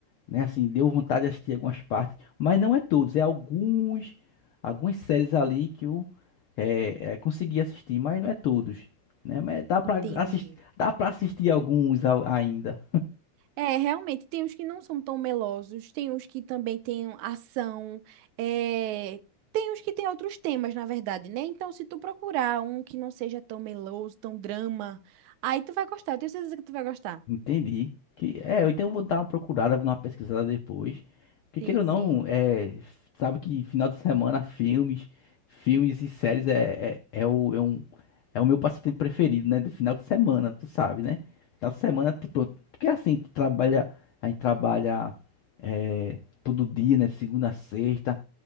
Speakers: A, on the left; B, on the right.
A: né? Assim, deu vontade de assistir algumas partes, mas não é todos, é alguns, algumas séries ali que eu é, é, consegui assistir, mas não é todos, né? Mas dá pra
B: Entendi.
A: assistir, dá para assistir alguns a- ainda.
B: É, realmente, tem uns que não são tão melosos, tem uns que também têm ação, é, tem uns que têm outros temas, na verdade, né? Então, se tu procurar um que não seja tão meloso, tão drama, aí tu vai gostar, eu tenho certeza que tu vai gostar.
A: Entendi. Que, é, eu então vou dar uma procurada, vou dar uma pesquisada depois. Porque
B: Sim,
A: queira ou
B: sim.
A: não, é, sabe que final de semana filmes, filmes e séries é, é, é o, é, um, é o meu passatempo preferido, né? Do final de semana, tu sabe, né? Final de semana, tipo, porque assim, tu trabalha, a gente trabalha é, todo dia, né? Segunda a sexta,